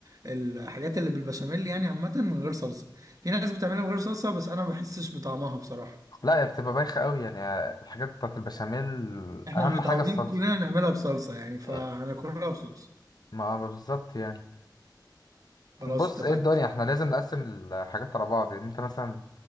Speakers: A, on the right; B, on the left.
A: الحاجات اللي بالبشاميل يعني عامه من غير صلصه في ناس بتعملها من غير صلصه بس انا ما بحسش بطعمها بصراحه
B: لا هي بتبقى بايخة قوي يعني الحاجات بتاعت البشاميل
A: احنا
B: أهم
A: متعودين
B: حاجة الصلصة
A: كلنا نعملها بصلصه يعني فهناكلها
B: إيه.
A: بصلصه
B: ما ما بالظبط يعني طب
A: خلاص
B: بص
A: اتفقنا
B: ايه الدنيا احنا لازم نقسم الحاجات على بعض يعني انت مثلا